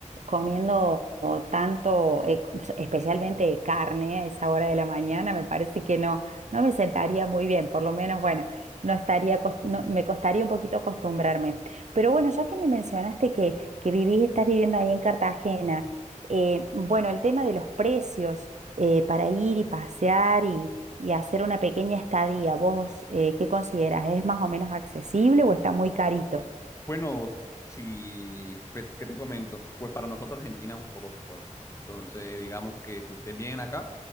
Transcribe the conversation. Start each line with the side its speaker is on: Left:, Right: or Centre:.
Right: comiendo o tanto, eh, c- especialmente carne a esa hora de la mañana, me parece que no, no me sentaría muy bien, por lo menos, bueno, no estaría, cos- no- me costaría un poquito acostumbrarme. Pero bueno, ya que me mencionaste que, que vivís, estás viviendo ahí en Cartagena. Eh, bueno, el tema de los precios eh, para ir y pasear y, y hacer una pequeña estadía, ¿vos eh, qué considerás? ¿Es más o menos accesible o está muy carito?
Left: Bueno, si, pues, ¿qué te comento? Pues para nosotros Argentina es un poco costoso. Entonces, digamos que si ustedes vienen acá,